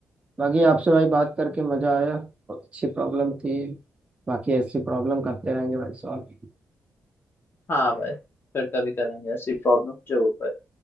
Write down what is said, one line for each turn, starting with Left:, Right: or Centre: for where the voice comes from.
Right: बाकी आपसे भाई बात करके
Left: हाँ
Right: मजा आया बहुत अच्छी प्रॉब्लम थी बाकी ऐसी प्रॉब्लम करते रहेंगे भाई सॉल्व
Left: हाँ भाई फिर कभी करेंगे ऐसी प्रॉब्लम जरूर भाई